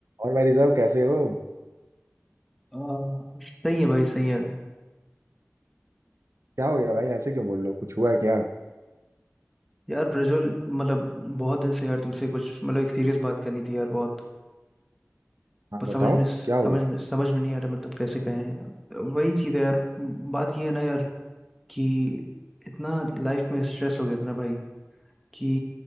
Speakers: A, on the right (about 70°); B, in the centre.
A: और भाई साहब कैसे हो
B: आ, सही है भाई सही है
A: क्या हो गया भाई ऐसे क्यों बोल रहे हो कुछ हुआ है क्या
B: यार ब्रजोल मतलब बहुत दिन से यार तुमसे कुछ मतलब एक सीरियस बात करनी थी यार बहुत
A: हाँ
B: पर समझ
A: बताओ
B: में समझ
A: क्या हो गया
B: में समझ में नहीं आ रहा मतलब कैसे कहें वही चीज़ है यार बात ये है ना यार कि इतना लाइफ में स्ट्रेस हो गया था ना भाई कि